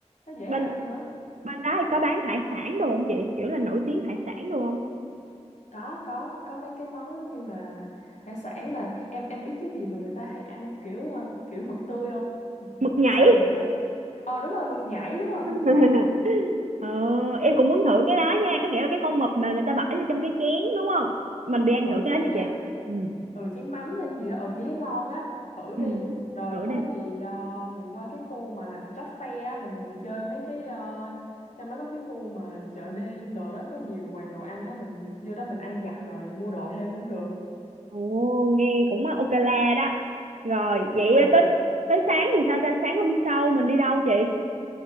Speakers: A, on the left (about 90°); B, on the right (about 85°).
A: nó dễ ăn
B: bên
A: nữa
B: bên đó thì có bán hải sản đồ không chị kiểu là nổi tiếng hải sản đồ không
A: có có có mấy cái món giống như là hải sản là em em biết cái gì mà người ta hay ăn kiểu ờ, kiểu mực tươi không
B: mực nhảy
A: sau này người ta ờ đúng rồi mực nhảy đúng rồi mực
B: <laughs>
A: nhảy
B: ờ, em cũng muốn thử cái đó nha có nghĩa là cái con mực mà người ta bỏ vô trong cái chén đúng không mình đi ăn
A: ừ
B: thử cái
A: chén
B: đó đi
A: à,
B: chị ừ,
A: ừ chén mắm hay gì đó ừ chị thấy ngon á thử
B: ừ.
A: đi rồi
B: thử
A: có
B: đi
A: gì ờ, mình qua cái khu mà chót Fair á mình mình chơi mấy cái ờ, trong đó có cái khu mà chợ đêm đồ đó có nhiều quầy đồ ăn á mình vô đó mình ăn vặt rồi mua đồ thêm cũng được
B: Ồ, nghe cũng ok la đó. Rồi, vậy
A: ừ
B: tới tới sáng thì sao ta? Sáng hôm sau mình đi đâu chị?